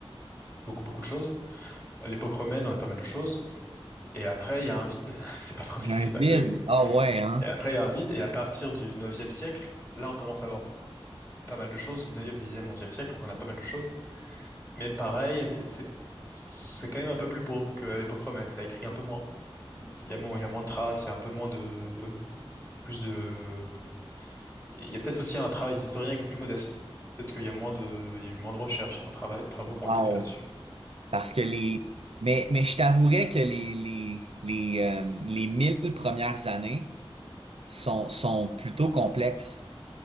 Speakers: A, on the left (about 20°); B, on the right (about 80°).
A: beaucoup, beaucoup de choses. À l'époque romaine, on a pas mal de choses. Et après, il y a un vide. <laughs> C'est pas trop ce
B: il y
A: qui
B: a
A: s'est
B: un vide.
A: passé.
B: Ah ouais, hein?
A: Et après, il y a un vide. Et à partir du 9 siècle, là, on commence à avoir pas mal de choses. Du 9e, 10 siècle, donc on a pas mal de choses. Mais pareil, c'est, c'est, c'est quand même un peu plus pauvre qu'à l'époque romaine. Ça écrit un peu moins. C'est- Il y a moins, il y a moins de traces, il y a un peu moins de, plus de, il y a peut-être aussi un travail d'historien qui est plus modeste. Peut-être qu'il y a moins de, il y a eu moins de recherches, il y a moins de travail- travaux
B: Wow.
A: qui ont été faits là-dessus.
B: Parce que les... Mais, mais je t'avouerais que les, les, les, euh, les 1000 premières années sont, sont plutôt complexes.